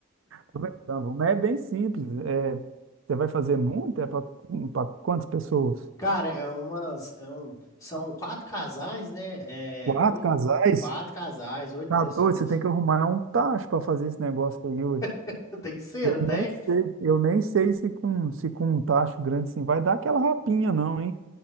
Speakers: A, on the right; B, on the left.
A: Tô brincando, mas é bem simples. É, você vai fazer muito? É para quantas pessoas?
B: Cara, é umas, é um, são quatro casais, né?
A: Quatro
B: É, oito,
A: casais?
B: quatro casais, oito
A: Tá
B: pessoas.
A: doido, você tem que arrumar um tacho para fazer esse negócio aí, ué.
B: <laughs> Tem cera,
A: Eu
B: não
A: nem
B: tem?
A: sei, eu nem sei se com, se com um tacho grande assim vai dar aquela rapinha, não, hein?